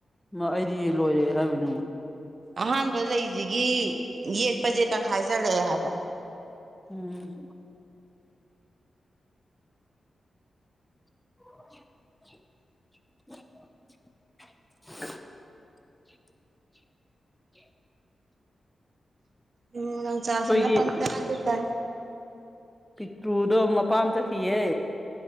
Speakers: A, in the centre; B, on the right (about 55°).
A: ꯃꯥ ꯑꯩꯗꯤ ꯂꯣꯏꯔꯦ ꯍꯥꯏꯕꯅꯤ
B: ꯑꯍꯥꯟꯕ ꯂꯩꯁꯤꯒꯤ ꯌꯦꯛꯄꯁꯦ ꯇꯪꯈꯥꯏ ꯆꯠꯂꯛꯑꯦ ꯍꯥꯏꯕ
A: ꯎꯝ <inaudible> <inaudible> <unintelligible>
B: ꯎꯝꯪ ꯆꯥꯁꯅ
A: ꯑꯩꯈꯣꯏꯒꯤ
B: ꯄꯪ ꯆꯥꯗ ꯇ
A: ꯄꯤꯛꯇ꯭ꯔꯨꯗꯣ ꯃꯄꯥꯝ ꯆꯠꯈꯤꯌꯦ